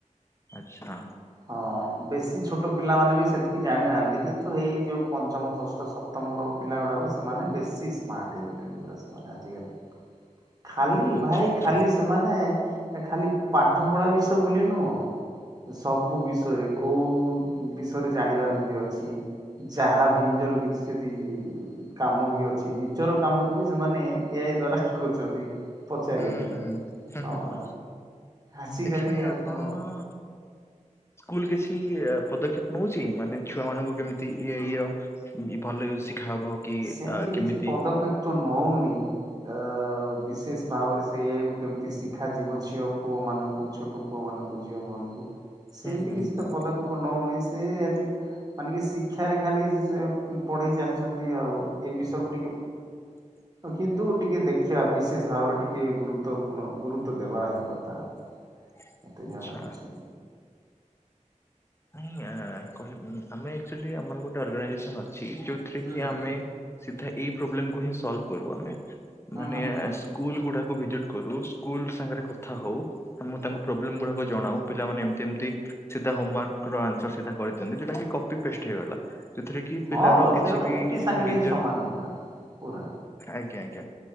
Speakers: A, on the left (about 20°); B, on the right (about 30°).
A: ଆଛା।
B: ହଁ ବେଶୀ ଛୋଟ ପିଲାମାନେ ବି ସେଥି କି ଜାଣି ନାଆନ୍ତି କିନ୍ତୁ ହେଇ ଯୋଉ ପଞ୍ଚମ ଷଷ୍ଠ ସପ୍ତମର ପିଲାଗୁଡ଼ାକ ସେମାନେ ବେଶୀ ସ୍ମାର୍ଟ ହେଇଗଲେ। ନୁଙ୍ଗୁଡା ସେମାନେ ଆଜିକାଲି ଖାଲି
A: ଆଚ୍ଛା
B: ଭାଇ
A: ଆଚ୍ଛା
B: ଖାଲି ସେମାନେ ଖାଲି ପାଠପଢା ବିଷୟ ବୋଲି ନୁଅଁ। ସବୁ ବିଷୟରେ କୋଉ ବିଷୟରେ ଜାଣିବାର ଯଦି ଅଛି। ଯାହା ବି ନିଜର କିଛି ଯଦି କାମ ବି ଅଛି ନିଜର କାମକୁ ବି ସେମାନେ ଏ ଆଇ ଦ୍ଵାରା କରୁଚନ୍ତି। ପଚାରିକି
A: ହୁଁ ହୁଁ ହୁଁ
B: ହଁ
A: ହୁଁ ହୁଁ
B: ପରା ଆଜିକାଲି
A: ଏଥିପାଇଁ
B: ଆଉ
A: ଆପଣଙ୍କ
B: କଣ
A: ସ୍କୁଲ କିଛି ପଦକ୍ଷେପ ନଉଚି ମାନେ ଛୁଆମାନଙ୍କୁ କେମିତି ଇଆଇ ଇଅ। ଇ ଭଲେରେ ଶିଖା ହବ। କି
B: ସେମତି
A: ଆ, କେମିତି
B: କିଛି ପଦକ୍ଷେପ ତ ନଉନି ଅ ବିଶେଷ ଭାବରେ ସେ ଏଆଇ କୁୁ କେମିତି ଶିଖାଯିବ ଝିଅ ପୁଅମାନଙ୍କୁ ଛୋଟ ପୁଅମାନଙ୍କୁ ଝିଅମାନଙ୍କୁ ସେମ୍
A: ହୁଁ
B: ନ୍ତିି
A: ହୁଁ
B: କିଛି
A: ହୁଁ
B: ତ ପଦ କ୍ଷେପ ନଉନି ସେ ଆଜି ମାନେ କି ଶିକ୍ଷାରେ ଖାଲି ସେ ପଢେଇ ଚାଲିଚନ୍ତି। ନ୍ତିି ଆଉ ଏଇ ବିଷୟକୁ ଟିକେ-
A: <inaudible>
B: କିନ୍ତୁ ଟିକେ ଦେଖିବା ବିଶେଷ ଭାବରେ ଟିକେ ଗୁରୁତ୍ୱପୂର୍ଣ୍ଣ ଗୁରୁତ୍ଵ ଦେବା ହିଁ କଥା
A: <inaudible>
B: ମୋତେ
A: ଆଚ୍ଛା
B: ଯା ଲାଗୁଛି
A: ଉଁ ଆ କହି ଉଁ ଆମେ ଆକଚୁଲି ଆମର ଗୋଟେ ଅର୍ଗାନାଇଜେସନ୍ ଅଛି ଯୋଉଥିରେ
B: ହୁଁ
A: କି
B: ହୁଁ
A: ଆମେ- ସିଧା ଏଇ ପ୍ରୋବ୍ଲେମକୁ ହିଁ ସଲ୍ଭ କରୁ ଆମେ ମାନେ
B: ହୁଁ ହୁଁ ହୁଁ।
A: ସ୍କୁଲଗୁଡାକୁ ଭିଜିଟ୍- କରୁ ସ୍କୁଲ ସାଙ୍ଗେରେ କଥା ହଉ ମୁଁ ତାଙ୍ଗୁ ପ୍ରୋବ୍ଲେମ୍ ଗୁରାକ ଜଣାଉ ପିଲାମାନେ ଏମତି ଏମତି ସିଧା ହୋମୱାର୍କ ଆନ୍ସର ସିଟଟା କରେଇ ଛନ୍ତି ସେଇଟା କି କପି ପେଷ୍ଟ ହେଇଗଲା ସେଥିରେ- କି ପିଲାର
B: ହଁ ତ
A: କିଛି
B: ସେଇଟା ତ
A: ବି
B: କପି ସାଙ୍ଗରେ
A: ନିଜର-
B: ହିଁ ସମାନ ହେଇଗଲା ନା ପୁରା
A: ଆଜ୍ଞା ଆଜ୍ଞା